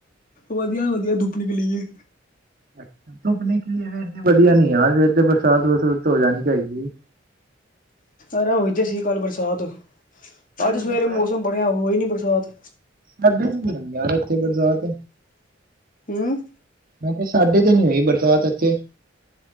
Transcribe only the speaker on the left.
ਵਧੀਆ ਵਧੀਆ ਦੁੱਪ ਨਿਕਲੀ ਏ।
ਆਰੇ ਉਹੀ ਤੇ ਸੀ ਕੱਲ ਬਰਸਾਤ।
ਅੱਜ ਸਵੇਰੇ
ਮੌਸਮ ਬਣਿਆ ਹੋਈ ਨੀ ਬਰਸਾਤ।
ਹੂੰ।